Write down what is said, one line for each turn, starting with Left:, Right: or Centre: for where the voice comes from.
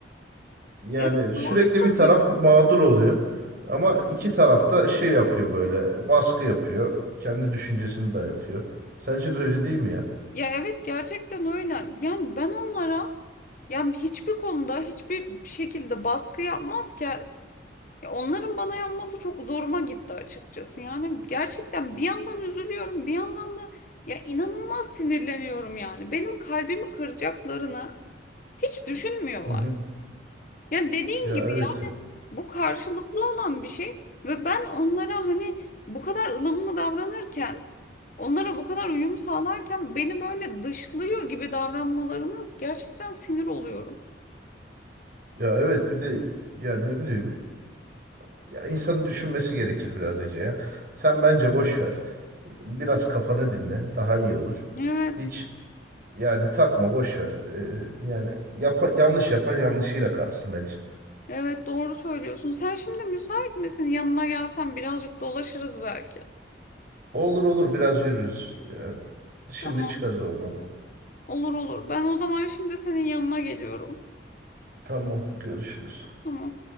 Right: Yani
Left: evet
Right: sürekli
Left: doğru söylüyorsun.
Right: bir taraf mağdur oluyor. Ama iki taraf da şey yapıyor böyle baskı yapıyor. Kendi düşüncesini dayatıyor. Sence de öyle değil mi ya?
Left: Ya evet gerçekten öyle. Yani ben onlara yani hiçbir konuda hiçbir şekilde baskı yapmazken Ya onların bana yanması çok zoruma gitti açıkçası. Yani gerçekten bir yandan üzülüyorum, bir yandan da ya inanılmaz sinirleniyorum yani. Benim kalbimi kıracaklarını hiç düşünmüyorlar.
Right: Hı hı.
Left: Ya dediğin
Right: Ya
Left: gibi
Right: evet
Left: yani
Right: ya.
Left: bu karşılıklı olan bir şey ve ben onlara hani bu kadar ılımlı davranırken, onlara bu kadar uyum sağlarken beni böyle dışlıyor gibi davranmalarına gerçekten sinir oluyorum.
Right: Ya evet bir de yani ne bileyim Ya insanın düşünmesi gerekir biraz Ece ya. Sen bence boş ver. Biraz kafanı dinle. Daha iyi olur.
Left: Evet.
Right: Hiç yani takma boş ver. Ee, yani yapa- yanlış yapan yanlışıyla kalsın bence.
Left: Evet doğru söylüyorsun. Sen şimdi müsait misin? Yanına gelsen birazcık dolaşırız belki.
Right: Olur olur biraz yürürüz. Yani şimdi
Left: Tamam.
Right: çıkarız olmadı.
Left: Olur olur. Ben o zaman şimdi senin yanına geliyorum.
Right: Tamam görüşürüz.
Left: Tamam.